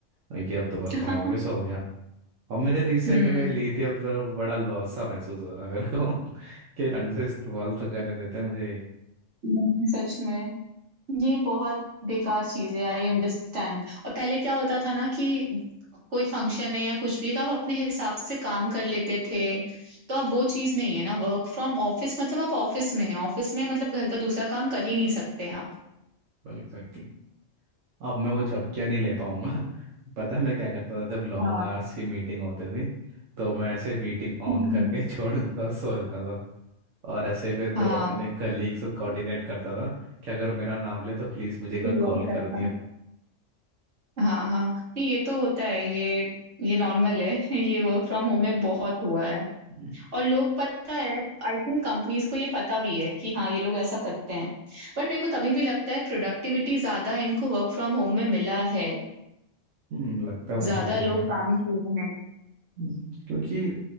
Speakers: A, on the right; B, on the right.
A: वही कि अब तो वर्क फ्रॉम
B: हम्म
A: ऑफिस हो गया और मैंने रिसेंट
B: <laughs> हम्म,
A: में ली थी अब तो बड़ा लॉस सा महसूस हो रहा है मेरे को <laughs> कि ढंग से इस्तेमाल तो करने देते हैं मुझे
B: नहीं, सच में ये बहुत बेकार चीज है आई अंडरस्टैंड और पहले क्या होता था ना कि कोई फंक्शन है या कुछ भी है तो आप अपने हिसाब से काम कर लेते थे तो अब वो चीज नहीं है ना वर्क फ्रॉम ऑफिस मतलब आप ऑफिस में हैं ऑफिस में मतलब घर का दूसरा काम कर ही नहीं सकते हैं आप
A: एग्जैक्टली अब मैं वो झपकियाँ नहीं ले पाऊंगा <laughs> पता है मैं क्या करता था जब लॉन्ग
B: हाँ
A: आवर्स की मीटिंग होती थी तो मैं ऐसे मीटिंग ऑन
B: हम्म,
A: करके <laughs> छोड़ देता सो देता था और ऐसे में दो
B: हाँ
A: अपने कलीग से कोऑर्डिनेट करता था कि अगर मेरा नाम ले तो प्लीज़ मुझे एक बार कॉल
B: हुआ
A: कर
B: करता
A: दिया
B: है। हाँ हाँ नहीं ये तो होता है ये ये नॉर्मल है <laughs> ये वर्क फ्रॉम होम में बहुत हुआ है
A: <laughs>
B: और लोग पता है आई थिंक कंपनीज को ये पता भी है कि हाँ ये लोग ऐसा करते हैं बट मेरे को तभी भी लगता है प्रोडक्टिविटी ज्यादा इनको वर्क फ्रॉम होम में मिला है
A: हम्म, लगता है मुझे
B: ज्यादा
A: भी
B: लोग
A: है
B: काम किए हैं
A: हम्म, क्योंकि